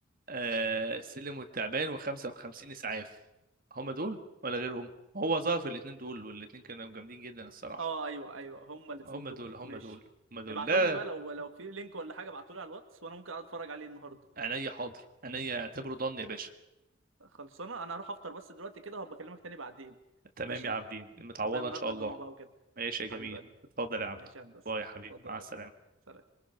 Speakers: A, on the right; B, on the right.
A: آه السلم والتعبان وخمسة وخمسين إسعاف هم دول ولا غيرهم هو ظهر في الاتنين دول والاتنين كانوا جامدين جدا الصراحة
B: اه ايوه ايوه هما الاثنين
A: هم
B: دول
A: دول هم
B: ماشي
A: دول هم دول
B: ابعتهم
A: لا
B: لي بقى لو لو في لينك ولا حاجه ابعته لي على الواتس وانا ممكن اقعد اتفرج عليه النهارده
A: عينيا حاضر عينيا اعتبره ضن يا باشا
B: خلصانه انا هروح افطر بس دلوقتي كده وهبقى اكلمك تاني بعدين
A: تمام
B: ماشي
A: يا عابدين متعوضة
B: انت فاهم النهارده
A: إن شاء الله
B: الجمعه بقى وكده
A: ماشي يا جميل
B: حبيب قلبي
A: اتفضل يا
B: ماشي
A: عبدو
B: يا هندسه
A: باي يا حبيبي
B: اتفضل
A: مع
B: يا غالي
A: السلامة
B: سلام.